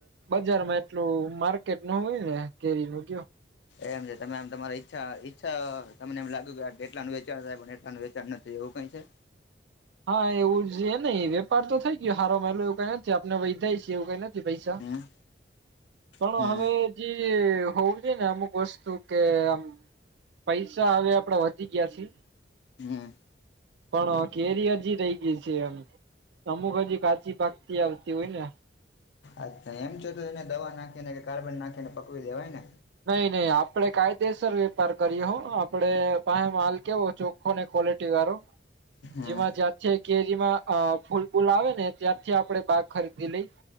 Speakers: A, on the right (about 65°); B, on the left (about 65°).
A: બજારમાં એટલું માર્કેટ ન હોય ને કેરી નું
B: એમ છે તમેમ તમારી ઈચ્છા ઈચ્છા તમને એમ લાગ્યું કે એટલાનું વેચાણ થાય એટલાનું વેચાણ નથી એવું. <unintelligible>
A: હા એવું જ નહી વેપાર તો થઈ ગયો સારોમાંલો એવું કઈ નથી આપણે વૈદાયી એવું કઈ નથી પૈસા.
B: <unintelligible>
A: પણ
B: હમ
A: હવે જે હોવું જો ને અમુક વસ્તુ કે આમ. પૈસા હવે આપડે વધી ગયા છી
B: હમ
A: પણ. કેરી હજી રહી ગઈ છે એમ અમુક હજી કાચી પાકતી આવતી હોય
B: અચ્છા એમ છે તો એને દવા નાખીને કે કાર્બન નાખીને પકવી દેવાય ને.
A: નહી નહી આપડે કાયદેસર વેપાર કરીએ હો આપડે પાસે માલ કેવો ચોખ્ખો ને. કોલેટી વાળો
B: હમ
A: જેમાં જાત છે. કેરીમાં અ ફૂલબૂલ આવે ને ત્યાારથી આપડણે બાગ ખરીદી લઈ.